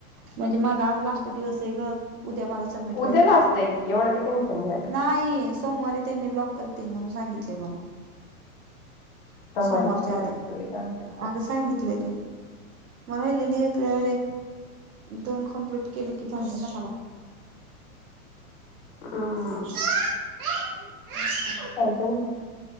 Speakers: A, on the right; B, on the left.
A: म्हणजे माझा आज लास्ट दिवस आहे ग उद्या माझ सबमिट
B: उद्या
A: व्हायला
B: लास्ट
A: पाहिजे,
B: आहे की एवढं का टेन्शन घ्यायला
A: नाही सोमवारी त्यांनी ब्लॉक करतील म्हणून सांगितलेय मला
B: सोमवारी
A: सोमवारच्या
B: कुठे
A: आधी
B: कसबी सांगत्यात.
A: अगं सांगितलंय त्यांनी मगं राहिलेली एक र र दोन कम्प्लीट केल कि झाल ना मला
B: हम्म
A: अच्छा
B: होजून <unintelligible>